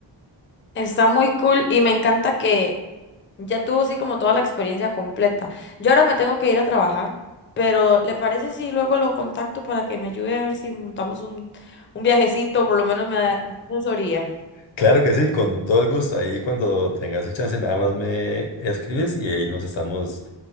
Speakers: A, on the left; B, on the left.
A: Está muy cool y me encanta que ya tuvo así como toda la experiencia completa. Yo ahora me tengo que ir a trabajar, pero ¿le parece si luego lo contacto para que me ayude a ver si montamos un, un viajecito, por lo menos me da asesoría?
B: Claro que sí, con todo el gusto. Ahí cuando tengas el chance, nada más me escribes y ahí nos estamos